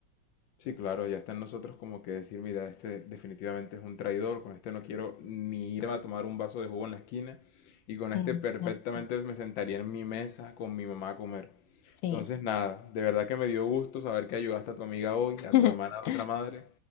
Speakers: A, on the left (about 70°); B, on the left (about 85°).
A: Sí, claro, ya está en nosotros como que decir, mira, este definitivamente es un traidor, con este no quiero ni irme a tomar un vaso de jugo en la esquina y con
B: sí,
A: este perfectamente
B: exacto.
A: me sentaría en mi mesa con mi mamá a comer.
B: Sí.
A: Entonces, nada, de verdad que me dio gusto saber que ayudaste a tu amiga hoy, a
B: <laughs>
A: tu hermana, a la otra madre.